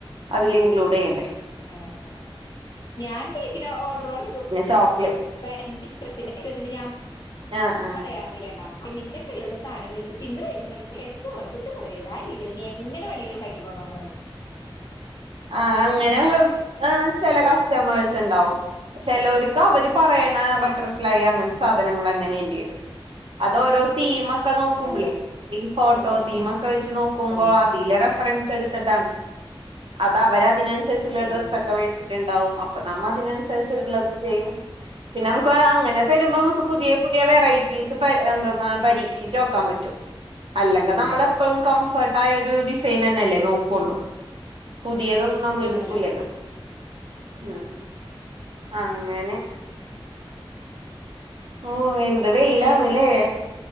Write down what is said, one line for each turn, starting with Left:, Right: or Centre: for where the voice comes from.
Right: അതിൽ ഇൻക്ലൂഡ്യ്യണ്ടേ.
Left: ആ ആ ഞാൻ കേക്കിന ഓർഡർ കൊടുക്കുമ്പോ
Right: ചോക്ലേ
Left: എന്റെ ഇഷ്ടത്തിന് ഇന് ഞാൻ-
Right: ആഹ് ആഹ്
Left: പറയാറില്ല ട- നിന്റെ കയ്യിലുള്ള സാനം വെച്ച് തിന്ന് കഴിയ്മ്പോ നല്ല ടേസ്റ്റ് തോന്നണം കുറ്റം പറയരുതാ - രീതിയിൽ നീ എങ്ങനെ വേണേലും ഉണ്ടാക്കി കൊളാംപറയും.
Right: ആ അങ്ങനെ ചില കസ്റ്റമേഴ്സ് ണ്ടാവും. ചെലോർക്ക് അവര് പറയണ ബട്ടർഫ്ലൈ അങ്ങനതെ സാധനങ്ങൾന്നെ വേണ്ടി വരും. അതോരോ തീമ ക്കെ നോക്കുമ്പോളേ
Left: അല്ലെ
Right: ഈ ഫോട്ടോ
Left: ഓ ഓ
Right: തീമോക്കെ വെച്ച് നോക്കുമ്പോ
Left: ഓ
Right: അതിലെ റഫറൻസ് എടു- ത്തിട്ട അത് അവരതിനനുസരിച്ചുള്ള
Left: ഓ
Right: ഡ്രസ്സൊക്കെ
Left: ഓ
Right: വേടിച്ചിട്ടുണ്ടാവും അപ്പ നമ്മതിന- രിച്ചിട്ടുള്ള ചെയ്യും പിന്നെ നമുക്ക് അങ്ങനെ തരുമ്പോ നമുക്ക് പുതിയ പുതിയ വെറൈറ്റീസ് പ- പരീക്ഷിച്ചോക്കാൻ പറ്റും. അല്ലങ്ക
Left: ഓ
Right: നമ്മളെപ്പോഴും
Left: ഓ
Right: കംഫർട്ട് ആയ ഒരു ഡിസൈൻന്നെ അല്ലേ നോക്കുള്ളൂ. പുതിയതൊന്നും നമ്മൾ
Left: പിന്നല്ല
Right: എടുക്കൂല്ലല്ലോ. ഉം അങ്ങനെ. ഓ എന്ത് വെയിലാണ്ല്ലേ
Left: ഏ വർക്ക്.